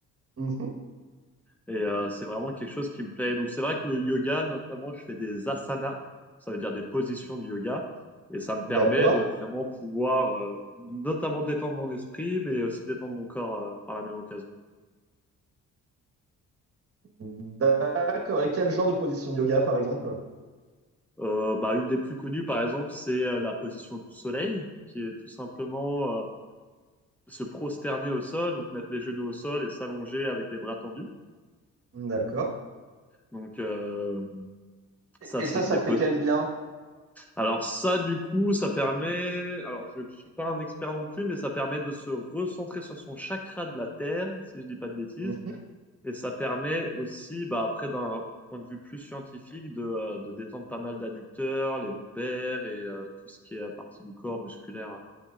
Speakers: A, on the right (about 50°); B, in the centre.
A: hein. Mhm.
B: Et euh, c'est vraiment quelque chose qui me plaît. Donc c'est vrai que le yoga, notamment, je fais des asanas, ça veut dire des positions de yoga, et ça me permet
A: D'accord,
B: de vraiment pouvoir euh, notamment détendre mon esprit, mais aussi détendre mon corps euh, par la même occasion.
A: d'accord. Et quel genre de position de yoga par exemple?
B: Euh, bah, une des plus connues, par exemple, c'est euh, la position du soleil, qui est tout simplement euh, se prosterner au sol, donc mettre les genoux au sol et s'allonger avec les bras tendus.
A: D'accord.
B: Donc euh,
A: Et,
B: ça,
A: et
B: c'est
A: ça,
B: une
A: ça
B: des,
A: te
B: po-
A: fait quel bien?
B: Alors ça, du coup, ça permet, alors je suis pas un expert non plus, mais ça permet de se recentrer sur son chakra de la Terre, si je dis pas de bêtises,
A: Mhm.
B: et ça permet aussi, bah, après d'un point de vue plus scientifique, de, euh, de détendre pas mal d'adducteurs, les lombaires et euh, tout ce qui est à partie du corps musculaire.